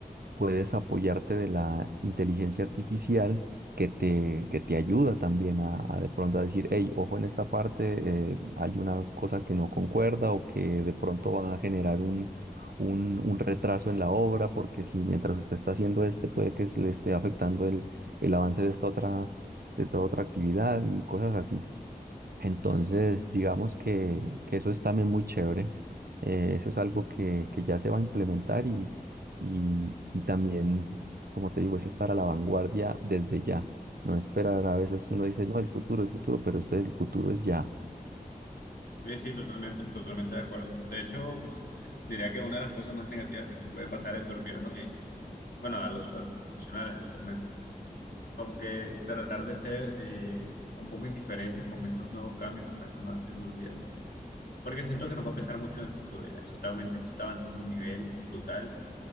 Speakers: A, on the right; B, on the left.
A: puedes apoyarte de la inteligencia artificial que te, que te ayuda también a, a de pronto a decir, hey, ojo en esta parte, eh, hay una cosa que no concuerda o que de pronto va a generar un, un, un retraso en la obra, porque si mientras usted está haciendo este, puede que se le esté afectando el, el avance de esta otra, de esta otra actividad y cosas así. Entonces, digamos que, que eso es también muy chévere. Eh, eso es algo que, que ya se va a implementar y, y, y también, como te digo, es estar a la vanguardia desde ya. No esperar, a veces uno dice, no, el futuro, el futuro, pero este, el futuro es ya.
B: Sí, sí, totalmente, totalmente de acuerdo. De hecho, <laughs> diría que una de las cosas más negativas que nos puede pasar es dormirnos en, bueno, a los, a los profesionales actualmente. Como que tratar de ser eh, un poco indiferentes con estos nuevos cambios, con estas nuevas tecnologías. Porque siento que nos va a pesar mucho en el futuro ya. Eso está, aumen- esto está avanzando a un nivel brutal.